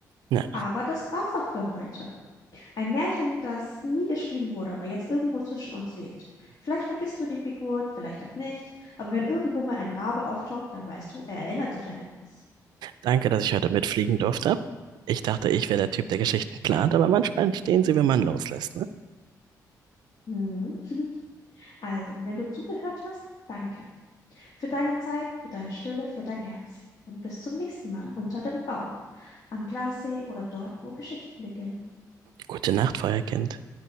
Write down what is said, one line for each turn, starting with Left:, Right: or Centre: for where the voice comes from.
Right: Ja,
Left: Aber das war's auch für heute. Ein Märchen, das nie geschrieben wurde, aber jetzt irgendwo zwischen uns lebt. Vielleicht vergisst du die Figuren, vielleicht auch nicht. Aber wenn irgendwo mal ein Rabe auftaucht, dann weißt du, er erinnert dich an etwas.
Right: danke, dass ich heute mitfliegen durfte. Ich dachte, ich wäre der Typ, der Geschichten plant, aber manchmal entstehen sie, wenn man loslässt, ne?
Left: Mhm. Also, und wenn du zugehört hast, danke für deine Zeit, für deine Stille, für dein Herz. Und bis zum nächsten Mal unter dem Baum, am Glassee oder dort, wo Geschichten beginnen.
Right: Gute Nacht, Feuerkind.